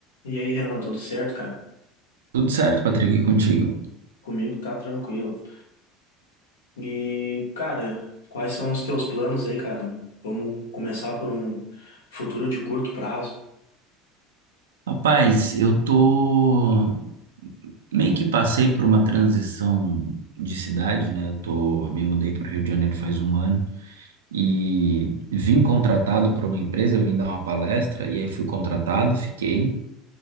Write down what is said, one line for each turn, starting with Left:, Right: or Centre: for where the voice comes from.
Left: E aí, Renan, tudo certo, cara?
Right: Tudo certo, Patrick, e contigo?
Left: Comigo tá tranquilo. E, cara, quais são os teus planos aí, cara? Vamos começar por um futuro de curto prazo.
Right: Rapaz, eu tô meio que passei por uma transição de cidade, né? Eu tô me mudei para o Rio de Janeiro faz um ano e vim contratado por uma empresa, eu vim dar uma palestra e aí fui contratado, fiquei,